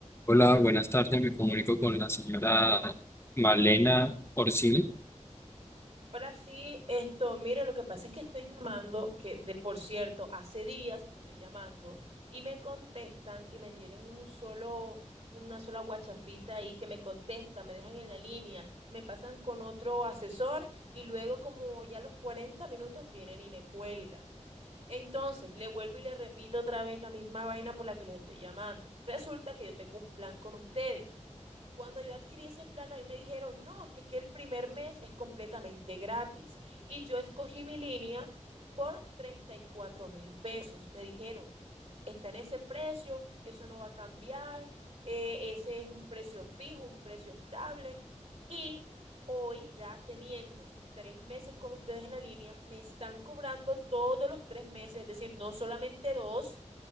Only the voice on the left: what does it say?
Hola, buenas tardes. Me comunico con la señora Malena Orsini.